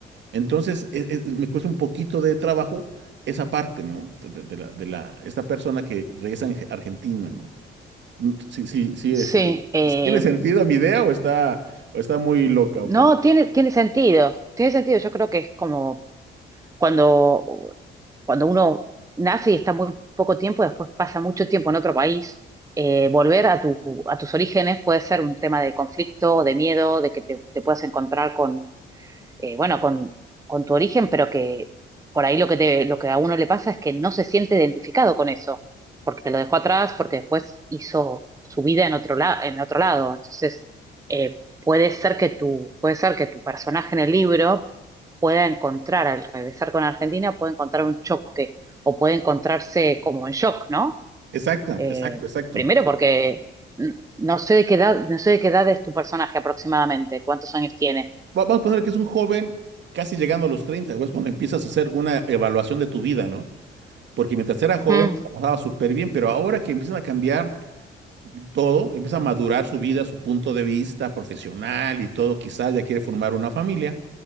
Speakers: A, on the right; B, on the right.
A: Entonces, es- es- me cuesta un poquito de trabajo esa parte, ¿no? De, de- de la, de la, esta persona que regresa en Ge- Argentina, ¿no? Mm, Sí, sí, sí,
B: Sí,
A: este,
B: eh,
A: ¿sí ¿tiene sentido mi idea o está, o está muy loca o
B: no,
A: cómo?
B: tiene, tiene sentido, tiene sentido. Yo creo que es como cuando, cuando uno nace y está muy poco tiempo, después pasa mucho tiempo en otro país, eh, volver a tu, a tus orígenes puede ser un tema de conflicto, de miedo, de que te, te puedas encontrar con, eh, bueno, con, con tu origen, pero que por ahí lo que te, lo que a uno le pasa es que no se siente identificado con eso, porque lo dejó atrás, porque después hizo su vida en otro lado, en otro lado. Entonces, eh, puede ser que tu, puede ser que tu personaje en el libro pueda encontrar, al regresar con Argentina, puede encontrar un choque o puede encontrarse como en shock, ¿no?
A: Exacto,
B: Eh,
A: exacto, exacto.
B: primero porque n- no sé de qué edad, no sé de qué edad es tu personaje aproximadamente, cuántos años tiene.
A: Va- Vamos a poner que es un joven casi llegando a los 30 güey, es cuando empiezas a hacer una evaluación de tu vida, ¿no? Porque mientras era joven,
B: Mm,
A: pues, la pasaba súper bien, pero ahora que empiezan a cambiar todo, empieza a madurar su vida, su punto de vista profesional y todo, quizás ya quiere formar una familia,